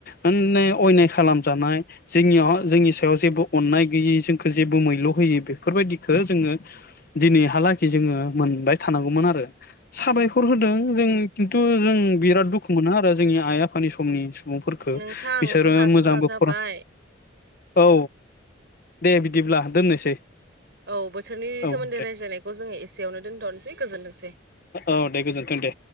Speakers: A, on the left; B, on the right.
A: ओने अयनाय खालामजानाय जोंनियाव जोंनि सायाव जेबो अननाय गैयि जोंखौ जेबो मैल' होयो बेफोरबायदिखौ जोङो दिनैहालागि जोङो मोनबाय थानांगौमोन आरो साबायखर होदों जों खिन्थु जों बिराद दुखु मोनो आरो जोंनि आइ आफानि समनि सुबुंफोरखौ
B: नोंथां
A: बिसोरो
B: जोंहा
A: मोजांबो
B: समा जाबाय
A: फर औ दे बिदिब्ला दोननोसै।
B: औ बो सोरनि
A: औ
B: सोमोन्दै
A: दे
B: रायज्लायनायखौ जोङो एसेयावनो दोनथ'नोसै गोजोनथोंसै।
A: औ दे गोजोन्थों दे